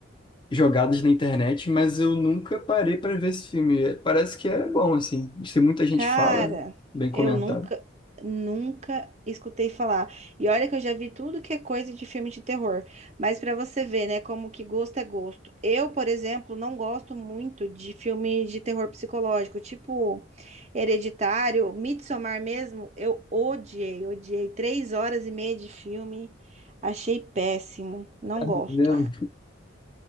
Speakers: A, on the left; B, on the right.
A: jogadas na internet, mas eu nunca parei para ver esse filme. É, Parece que é bom, assim. Se muita gente
B: Cara,
A: fala, né? bem comentado.
B: eu nunca, nunca escutei falar. E olha que eu já vi tudo que é coisa de filme de terror. Mas pra você ver, né, como que gosto é gosto. Eu, por exemplo, não gosto muito de filme de terror psicológico, tipo Hereditário, Midsommar mesmo. Eu odiei, odiei. Três horas e meia de filme, achei péssimo. Não
A: Entendeu?
B: gosto.